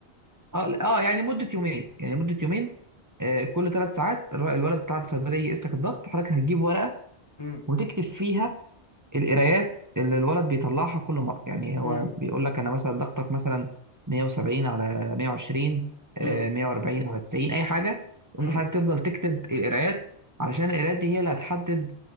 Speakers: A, on the right (about 20°); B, on the left (about 25°).
A: اه لا، اه يعني مده يومين يعني مده يومين آه، كل ثلاث ساعات الر- الولد بتاع الصيدليه يقيس لك الضغط وحضرتك هتجيب ورقه
B: امم
A: وتكتب فيها القرايات اللي الولد بيطلعها كل مره يعني هو
B: امم
A: بيقول لك انا مثلا ضغطك مثلا 170 على 120 آه،
B: امم
A: 140 على 90 اي حاجه ممكن
B: امم
A: حضرتك تفضل تكتب القرايات علشان القرايات دي هي اللي هتحدد